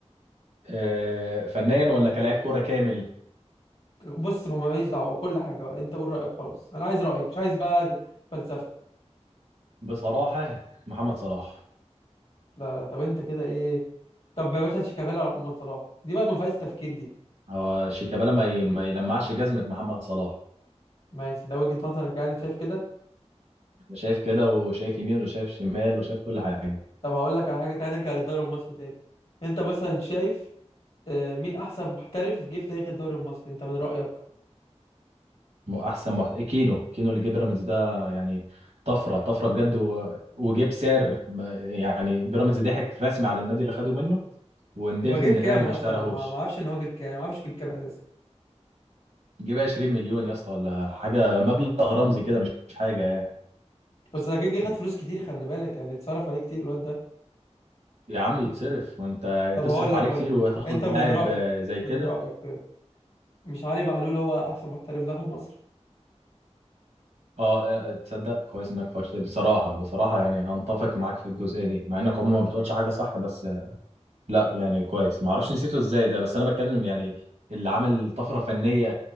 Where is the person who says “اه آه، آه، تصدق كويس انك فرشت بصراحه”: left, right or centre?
Right